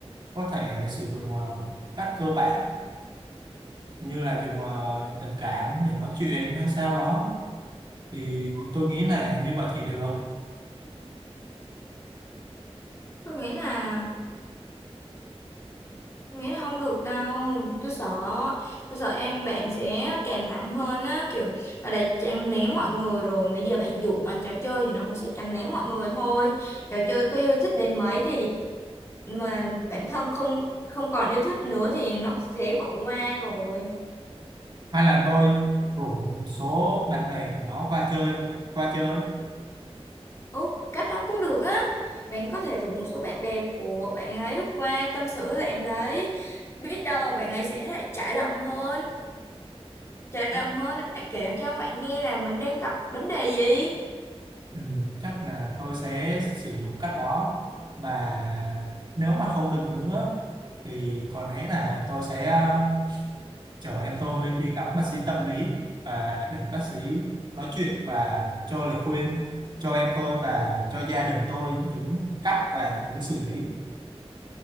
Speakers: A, on the right (about 45°); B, on the left (about 25°).
A: có thể sử dụng ờ, cách cơ bản như là dùng ờ, tình cảm để nói chuyện hay sao đó thì tôi nghĩ là như vậy thì được
B: tôi nghĩ là Tôi nghĩ là không được đâu tôi sợ tôi sợ em bạn sẽ càng nặng hơn á kiểu là đã chăn ném mọi người rồi bây giờ bạn dụ bằng trò chơi thì nó cũng sẽ chăn ném mọi người thôi trò chơi có yêu thích đến mấy thì mà bản thân không không còn yêu thích nữa thì nó sẽ bỏ qua rồi
A: hay là tôi rủ một số bạn bè của nó qua chơi qua chơi
B: ừ cách đó cũng được á bạn có thể rủ một số bạn bè của bạn ấy qua tâm sự với bạn đấy biết đâu bạn ấy sẽ lại trải lòng hơn trải lòng
A: chắc,
B: hơn lại kể cho bạn nghe là mình đang gặp vấn đề gì
A: ừ, chắc là tôi sẽ sử dụng cách đó và nếu mà không được nữa thì có lẽ là tôi sẽ ờ, chở em tôi đi gặp bác sĩ tâm lý và để bác sĩ nói chuyện và cho lời khuyên cho em tôi và cho gia đình tôi những cách và những hướng xử lý